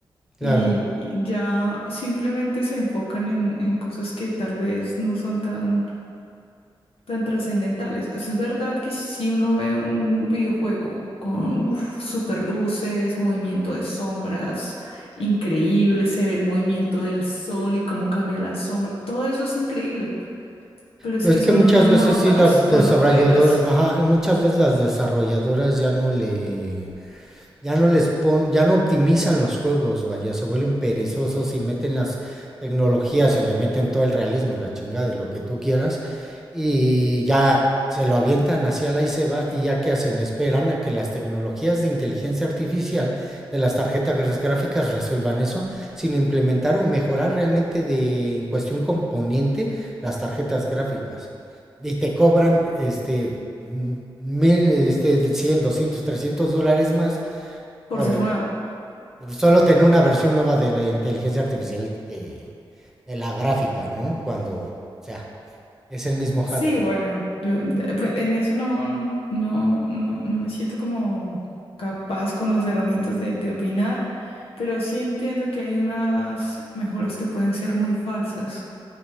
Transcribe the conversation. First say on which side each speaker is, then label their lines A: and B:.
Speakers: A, in the centre; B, on the left.
A: Claro.
B: Y, y ya simplemente se enfocan en, en cosas que tal vez no son tan tan trascendentales. O sea, es verdad que si si uno ve un videojuego con uf, super luces, movimiento de sombras, increíble, se ve el movimiento del sol y cómo cambia la sombra, todo eso es increíble, pero es
A: Pero
B: que
A: es
B: eso
A: que muchas
B: no lo notas
A: veces sí las
B: cuando
A: desarrolladoras,
B: juegas,
A: ajá, muchas veces las desarrolladoras ya no le Ya no les pon, ya no optimizan los juegos, vaya, se vuelven perezosos y meten las tecnologías y le meten todo el realismo y la chingada y lo que tú quieras. Y ya se lo avientan hacia la y se va. Y ya que hacen, esperan a que las tecnologías de inteligencia artificial de las tarjetas gras- gráficas resuelvan eso, sin implementar o mejorar realmente de, en cuestión componente las tarjetas gráficas. Y te cobran este, mm, mil, este, 100 200 300 dólares más
B: por
A: por
B: ser nuevo.
A: solo tener una versión nueva de la inteligencia artificial que de la gráfica, ¿no? Cuando, o sea, es el mismo hardware.
B: Sí, bueno, yo de- pues, en eso no, no, no, no me siento como capaz con las herramientas de, de opinar, pero sí entiendo que hay unas mejoras que pueden ser muy falsas.